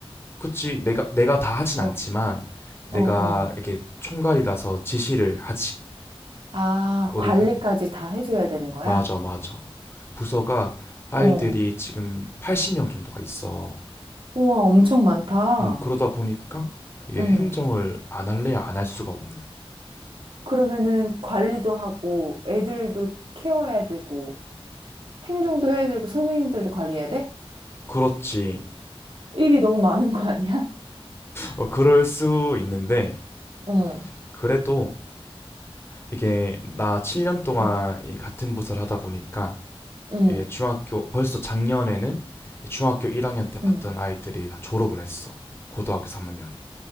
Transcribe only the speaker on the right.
어,
어,
어.
아,
관리까지
다 해줘야 되는 거야?
어.
우와, 엄청 많다.
응.
그러면은 관리도 하고, 애들도 케어해야 되고, 행정도 해야 되고 선생님들도 관리해야 돼?
일이 너무 많은 거 아니야?
응,
응
응.
응.